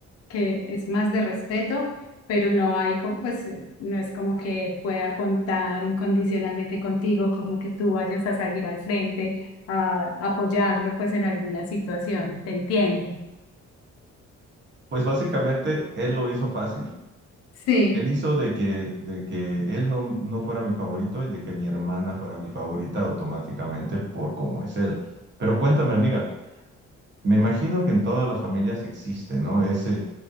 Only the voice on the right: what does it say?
Pues básicamente él lo hizo fácil.
Él hizo de que, de que él no, no fuera mi favorito y de que mi hermana fuera mi favorita automáticamente por cómo es él. Pero cuéntame, amiga, me imagino que en todas las familias existe, ¿no? Ese,